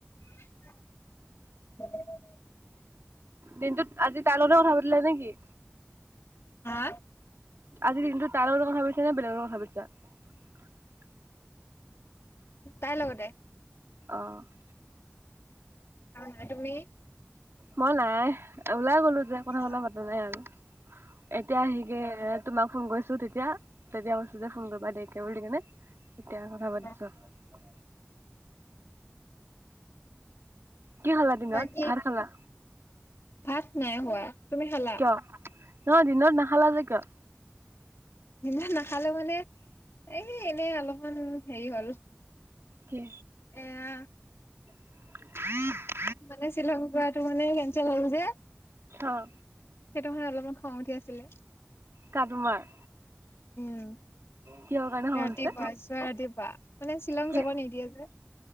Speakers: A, on the left; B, on the right.
A: <unintelligible>
B: দিনটোত আজি তাৰ লগতে কথা পাতিলা নেকি?
A: হা
B: আজি দিনটোত তাই লগতে কথা পাতিছা নে বেলেগৰ লগত কথা পাতিছা?
A: তাই লগতে?
B: অ'।
A: আৰু নাই তুমি
B: মই নাই, ওলাই গ'লো যে কথা চথা
A: অ
B: পাতা নাই আৰু। এতিয়া আহিকে তোমাক ফোন কৰিছো তেতিয়া। তেতিয়া কৈছো যে ফোন কৰিবা দেৰিকে বুলি কেনে। এতিয়া কথা
A: অ
B: পাতিছো আৰু। কি খালা দিনত
A: বাকী
B: ভাল খালা?
A: ভাত নাই হোৱা তুমি খালা?
B: কিয় নহয় দিনত নাখালা যে কিয়?
A: ইমান নাখালে মানে এ এনে অলপমান হেৰি হ'ল।
B: কি?
A: এয়া
B: <unintelligible>
A: মানে শ্বিলং পোৱাটো মানে কেচেল হল যে
B: অহ
A: সেইটোহে অলপমান খং উঠি আছিলে।
B: কাৰ তোমাৰ?
A: উম
B: কিহৰ কাৰণে খং
A: ৰাতিপুৱা
B: উঠিছে
A: চোৱা ৰাতিপুৱা মানে শ্বিলং
B: কি
A: যাব নিদিয়ে যে।